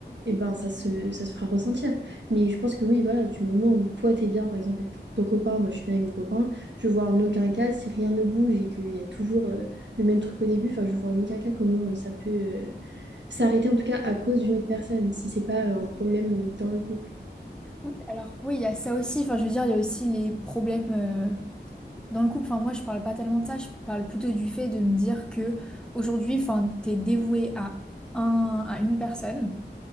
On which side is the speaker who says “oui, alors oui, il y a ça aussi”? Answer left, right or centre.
Centre